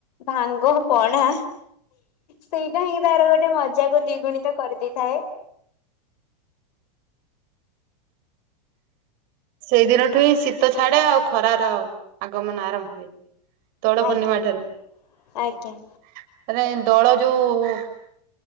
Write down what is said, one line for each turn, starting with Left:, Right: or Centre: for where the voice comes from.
Left: ଭାଙ୍ଗ ପଣା ସେଇଟା ହିଁ ତାର ଗୋ ମଜାକୁ ଦିଗୁଣିତ କରିଦେଇ ଥାଏ
Right: ସେଇଦିନଠୁ ହିଁ ଶୀତ ଛାଡେ ଆଉ ଖରାର ଆଗମନ ଆରମ୍ଭ ହୁଏ। ଦୋଳ ପୂର୍ଣ୍ଣିମା
Left: ଆଜ୍ଞା
Right: ଠାରୁ
Left: ଆଜ୍ଞା।
Right: <inaudible> ମାନେ ଦୋଳ ଯୋଉ